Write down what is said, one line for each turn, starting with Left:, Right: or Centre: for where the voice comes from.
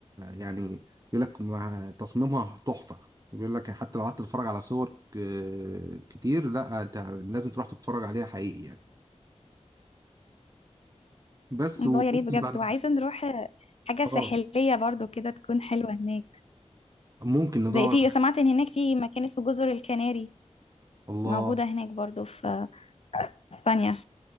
Right: يعني بيقول لك مع تصميمها تحفه بيقول لك حتى لو قعدت تتفرج على صور آه، كتير لا انت لازم تروح تتفرج عليها حقيقي يعني بس
Left: الله
Right: وممكن
Left: يا ريت بجد
Right: بعد
Left: وعايزة نروح آه، حاجة
Right: اه
Left: ساحلية برضو كده تكون حلوة هناك
Right: ممكن ندور
Left: زي في
Right: على حاجة.
Left: سمعت ان هناك في مكان اسمه جزر الكناري
Right: الله
Left: موجودة هناك برضو في اسبانيا